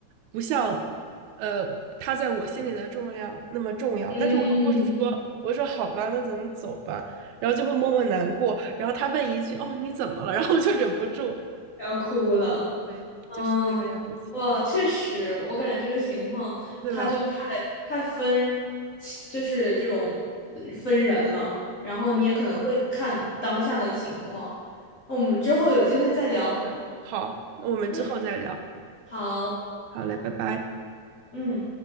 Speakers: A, on the right; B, on the left.
A: 不像呃他在我心里的重要那么重要。
B: 嗯，
A: 但是我又不说，我说好吧，那咱们走吧。然后就会默默难过。然后他问一句：“哦，你怎么了？” <laughs> 然后我就忍不住，
B: 要哭了。
A: 对，
B: 嗯，
A: 就是这个样子，
B: 哇，确实，我感觉这个情况，
A: 对吧？
B: 他就太太分，就是这种分人了。然后你也可能会看当下的情况。
A: 对，
B: 那我们之后有机会再聊。
A: 是的。好，那我们之后再聊。
B: 嗯，好，
A: 好嘞，拜拜。
B: 嗯。